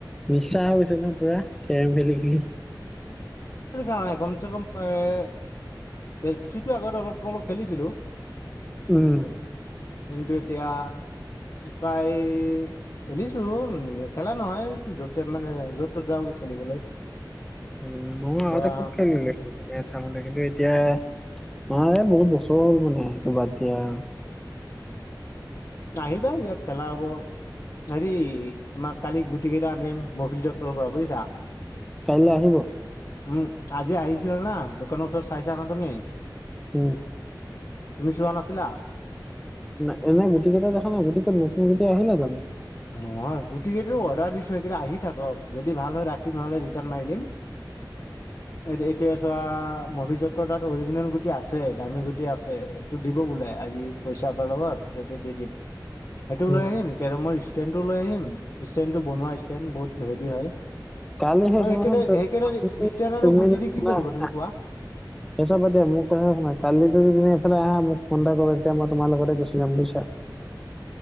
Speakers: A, in the centre; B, on the left.
A: নিচা হৈছে ন পুৰা? কেৰম খেলি-খেলি
B: <unintelligible> কমচে কম <unintelligible> আগতে অলপ অলপ খেলিছিলো
A: উম।
B: কিন্তু এতিয়া তাই খেলিছো, নেখেলা নহয়। য'তে মানে য'ত ত'ত যাওঁ গৈ খেলিবলৈ
A: উম, মই আগতে
B: ধৰা
A: খুব খেলালে। তাৰ মানে কিন্তু এতিয়া ম এই বহুত বছৰ হ'ল মানে, এতিয়া বাদ দিয়া আৰু।
B: আহিবা ইয়াত খেলা হ'ব। হেৰি তোমাক কালি গুটি কেইটা আনিম মই অফিচৰ পৰা বুজিছা।
A: কাইলৈ আহিব।
B: উম, আজি আহিছিলা না দোকানৰ ওচৰত চাইছা ন তুমি।
A: বৌহ
B: তুমি চোৱা নাছিলা?
A: ন এনে গুট কেইটা দেখা নাই গুটি কত নতুন গুটি আহিলে জানো।
B: নহয় গোটেইকেইটা অৰ্ডাৰ দিছো, সেইকেইটা আহি থাকক। যদি ভাল হৈ ৰাখিম নহ'লে ৰিটাৰ্ণ মাৰি দিম। এ এতিয়া চোৱা মভিজতকৰ তাত অৰিজিনেল গুটি আছে, দামী গুটি আছে। সেইটো দিব বোলে। আজি পইচা আবাৰ লগত এইটো দি দিম সেইটো
A: উম,
B: লৈ আহিম, কেৰমৰ ষ্টেণ্টো লৈ আহিম, ষ্টেণ্ডটো বনোৱা ষ্টেণ বহুত হেভি হয়।
A: কালি শেষ
B: আৰু সেইকেইটা
A: মুহূৰ্তত
B: সেইকেইটা
A: <unintelligible> শুনাচোন
B: ষ্টেণ্ড আৰু
A: তুমি
B: গুটি
A: সেই
B: দি কি কৰিব তুমি কোৱা
A: চবা দিয়া। মোৰ কথা শুনা কালি যদি তুমি এইফালে আহা মোক ফোন এটা কৰিব, তেতিয়া মই তোমাৰ লগতে গুচি যাম বুজিছা।